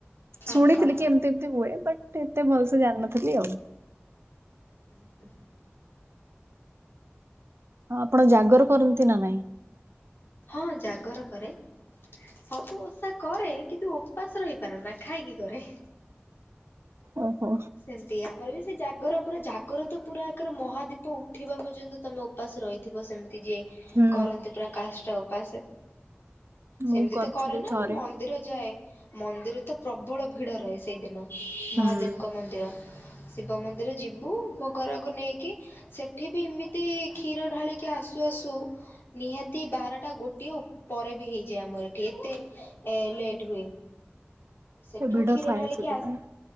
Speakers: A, on the right; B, on the left.
A: ଶୁଣିଥିଲି
B: ଓହୋ
A: କି ଏମିତି ଏମିତି ହୁଏ ବଟ୍ ଏତେ ଭଲସେ ଜାଣିନଥିଲି ଆଉ।
B: ହୁଁ ହୁଁ।
A: ହଁ ଆପଣ ଜାଗର କରନ୍ତି ନା ନାଇଁ?
B: ହଁ ଜାଗର କରେ ସବୁ ଓଷା କରେ କିନ୍ତୁ ଉପାସ ରହିପାରେ ନା ଖାଇକି କରେ।
A: ଓହୋ
B: ସେମିତି ଆମର ବି ସେ ଜାଗ ଆଗର ପୁରା ଜାଗର ତ ପୁରା ଏକର ମହାଦୀପ ଉଠିବା ପର୍ଯ୍ୟନ୍ତ ତମେ ଉପାସ ରହିଥିବ ସେମିତି ଯିଏ।
A: ହୁଁ
B: କରନ୍ତି ପୁରା କାଷ୍ଟା ଉପାସ।
A: ମୁଁ
B: ସେମିତି
A: କରିଥିଲି
B: ତ କରେ ନା
A: ଥରେ।
B: ମୁଁ ମନ୍ଦିର ଯାଏ। ମନ୍ଦିର ତ ପ୍ରବଳ ଭିଡ ରହେ ସେଇଦିନ,
A: ହୁଁ।
B: ମହାଦେବଙ୍କ ମନ୍ଦିର। ଶିବ ମନ୍ଦିର ଯିବୁ ଭୋଗ ରାଗ ନେଇକି ସେଠି ବି ଏମିତି କ୍ଷୀର ଢାଳିକି ଆସୁ ଆସୁ ନିହାତି ବାରଟା ଗୋଟିଏ ପରେ ବି ହେଇଯାଏ ଆମର ଏଠି ଏତେ ଲେଟ ହୁଏ। ସେଠୁ
A: ସେ ଭିଡ
B: କ୍ଷୀର
A: ଥାଏ
B: ଢାଳିକି
A: ସେଥିପାଇଁ